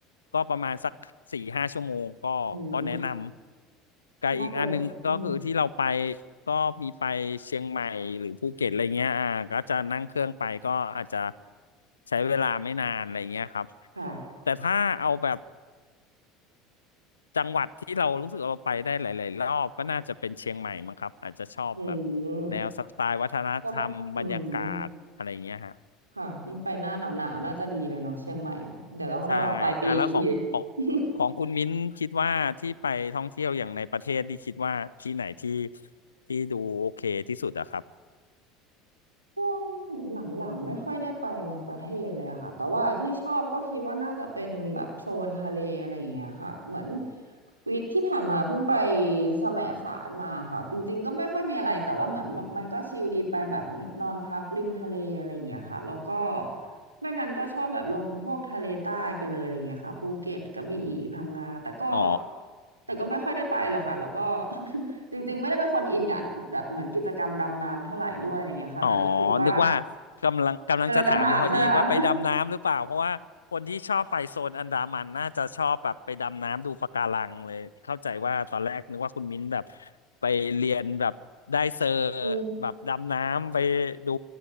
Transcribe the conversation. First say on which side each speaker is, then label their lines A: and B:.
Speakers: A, on the left (about 75°); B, on the right (about 85°).
A: ก็ประมาณสักสี่ห้าชั่วโมงก็ก็แนะน
B: อื
A: ำไกลอีกอันหนึงก็คือที่เราไป
B: มน่าจะอืม
A: ก็มีไปเชียงใหม่หรือภูเก็ตอะไรเงี้ยอ่าก็จะนั่งเครื่องไปก็อาจจะใช้เวลาไม่นานอะไรเงี้ยครับ
B: ค่ะ
A: แต่ถ้าเอาแบบจังหวัดที่เรารู้สึกเราไปได้หลายๆรอบก็น่าจะเป็นเชียงใหม่มั้งครับอาจจะชอบแบบ
B: อืม
A: แนวสไตล์วัฒนธรรมบรรยากาศอะไรเงี้ยฮะ
B: ก็อืมค่ะยิ่งไปหน้าหนาวหนาวน่าจะดีเลยเนาะเชียงใหม่เดี๋ยวต้องรอปลายปีอีกที
A: ใช่อ่ะแล้วของของ
B: <laughs>
A: ของคุณมิ้นคิดว่าที่ไปท่องเที่ยวอย่างในประเทศที่คิดว่าที่ไหนที่ที่ดูโอเคที่สุดอะครับ
B: ช่วงหลังๆไม่ค่อยได้ไปในประเทศเลยอะค่ะแต่ว่าที่ชอบก็คิดว่าน่าจะเป็นแบบโซนทะเลอะไรอย่างเงี้ยค่ะเหมือนวีคที่ผ่านมาเพิ่งไปแสมสารมาค่ะจริงๆก็ไม่ค่อยมีอะไรแต่ว่าเหมือนมันมันก็ชิลดีไปแบบนอนพักริมทะเลอะไรอย่างเงี้ยค่ะแล้วก็ไม่งั้นก็ชอบแบบลงพวกทะเลใต้ไปเลยอะไรอย่างเงี้ยค่ะภูเก็ตกระบี่พังงาแต่ก็
A: อ๋อ
B: แต่ก็ไม่ค่อยได้ไปหรอกค่ะแล้วก็ <laughs> จริงๆไม่ได้เป็นคนอินกับแบบเหมือนกิจกรรมดำน้ำเท่าไหร่ด้วยอะไรเงี้ยค่ะแต่รู้สึกว่า
A: อ๋อนึกว่ากำลังกำลังจะถามอยู่พอดีว่าไปดำน้ำหรือเปล่าเพราะว่าคนที่ชอบไปโซนอันดามันน่าจะชอบแบบไปดำน้ำดูปะการังเลยเข้าใจว่าตอนแรกนึกว่าคุณมิ้นแบบ
B: กำลังจะถามใช่ไหมคะ
A: ไปเรียนแบบได้เซอร์
B: <laughs> อืม
A: แบบดำน้ำไปดู